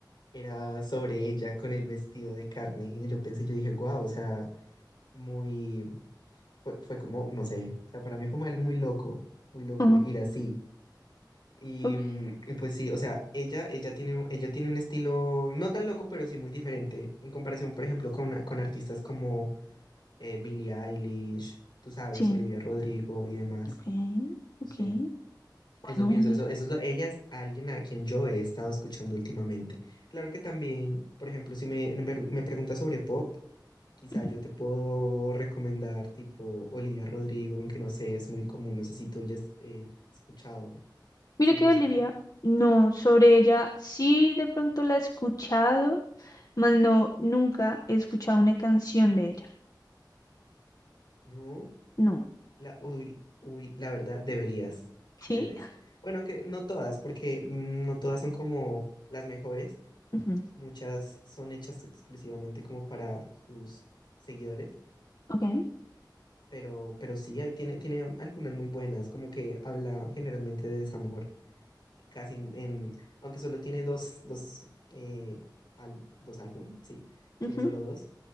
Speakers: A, on the left (about 75°); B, on the left (about 50°).
A: era sobre ella con el vestido de carne. Y yo pensé, yo dije, wow, o sea, muy, fue, fue como, no sé, o sea, para mí fue algo muy loco, muy loco
B: Ajá,
A: ir así. Y,
B: ok,
A: mm, y pues sí, o sea, ella, ella tiene, un- ella tiene un estilo no tan loco, pero sí muy diferente en comparación, por ejemplo, con, a- con artistas como eh, Billie Eilish, tú sabes,
B: Sí,
A: Olivia Rodrigo y demás.
B: ok,
A: Sí,
B: ok, bueno,
A: eso pienso,
B: genial.
A: eso, eso es lo- ella es alguien a quien yo he estado escuchando últimamente. Claro que también, por ejemplo, si me, me me preguntas sobre pop, quizá
B: Ujú.
A: yo te puedo recomendar tipo Olivia Rodrigo, aunque no sé, es muy común, no sé si tú hayas eh, escuchado
B: Mira
A: su música.
B: que Olivia, no, sobre ella sí de pronto la he escuchado, mas no, nunca he escuchado una canción de ella.
A: No,
B: No.
A: la, uy, uy, la verdad, deberías,
B: ¿Sí?
A: debes. Bueno, aunque no todas, porque mm, no todas son como las mejores,
B: Ujú.
A: muchas son hechas exclusivamente como para sus seguidores
B: Ok.
A: Pero, pero sí, ahí tiene, tiene algunas muy buenas, como que habla generalmente de desamor, casi en, en- aunque solo tiene dos, dos, eh, al- dos álbum, sí, tiene
B: Ujú.
A: solo dos,